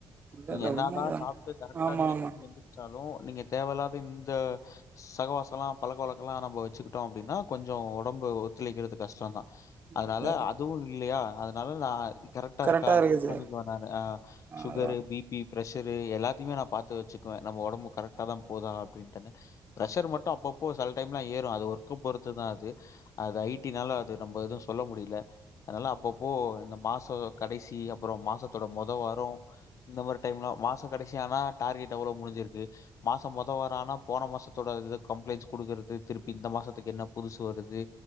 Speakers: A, on the right; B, on the left.
A: இல்ல
B: நீங்க
A: இல்ல
B: என்னாதா
A: உண்மைதான்
B: சாப்ட்டு கரக்ட்டா
A: ஆமா
B: நீங்க
A: ஆமா
B: தூங்கி எந்திரிச்சாலு நீங்க தேவயில்லாத இந்த சகவாசோல்லா பழக்க வழக்கல்லா நம்போ வச்சிக்கிட்டோ அப்டின்னா கொஞ்சு ஒடம்பு ஒத்துழைக்கிறது கஷ்டொன்தா
A: இல்ல
B: அதனால
A: இல்ல
B: அதுவு இல்லையா அதனால நா கரக்ட்டா
A: கரெக்டா
B: இருக்கா
A: இருக்குது
B: செக் பண்ணிக்குவே நானு ஆ ஷுகரு
A: அதான்
B: பிபி ப்ரெஷரு எல்லாத்திமே நா பாத்து வச்சுக்குவே நம்ம ஒடம்பு கரக்ட்டா தா போதா அப்டின்ட்டன்னு ப்ரஷர் மட்டு அப்பப்போ செல டைம்லா ஏறு அது ஒர்க்குப் பொறுத்து தா அது அது ஐ டினால அது நம்ப எது சொல்ல முடில அனால அப்பப்போ இந்த மாசோ கடைசி அப்பறோ மாசத்தோட மொத வாரோ இந்த மாரி டைம்லா மாச கடைசியானா டார்கெட் அவ்ளோ முடிஞ்சிருக்கு மாசம் மொத வார ஆனா போன மாசத்தோட அதுது கம்ப்ளைண்ஸ் குடுக்குறுது திருப்பி இந்த மாசத்துக்கு என்ன புதுசு வருது